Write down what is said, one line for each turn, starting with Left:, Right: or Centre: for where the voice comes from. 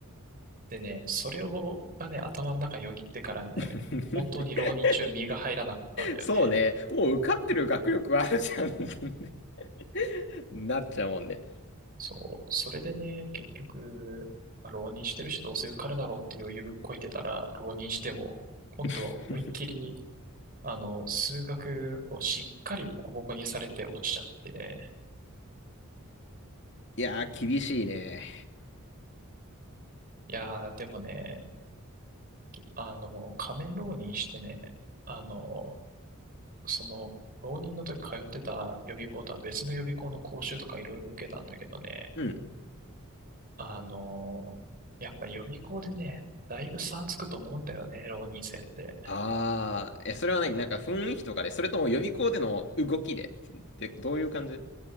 Right: でね、それを、がね、頭の中よぎってからね、
Left: <laughs>
Right: 本当に浪人中、身が入らなかったんだよね。
Left: そうね、もう受かってる学力あるじゃん <laughs> なっちゃうもんね。
Right: そう、それでね、結局、まあ浪人してるし、どうせ受かるだろうって余裕ぶっこいてたら、浪人しても、今度は思いっきり
Left: <laughs>
Right: あの、数学をしっかりボコボコにされて落ちちゃってね。
Left: いやー、厳しいね。
Right: いやー、でもね、あの、仮面浪人してね、あの、その、浪人の時通ってた予備校とは別の予備校の講習とかいろいろ受けたんだけどね、
Left: うん。
Right: あの、やっぱ予備校でね、だいぶ差つくと思うんだよね、浪人生って。
Left: ああ、え、それは何なんか雰囲気とかで、それとも予備校での動きでってどういう感じ